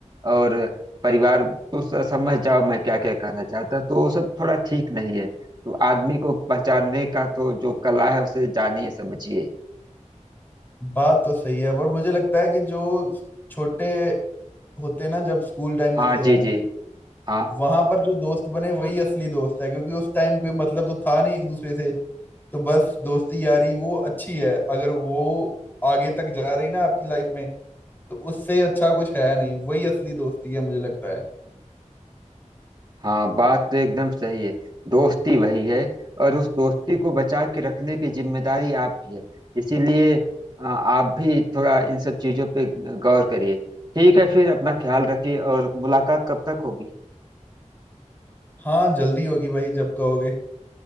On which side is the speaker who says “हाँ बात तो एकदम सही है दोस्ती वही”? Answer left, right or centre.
Right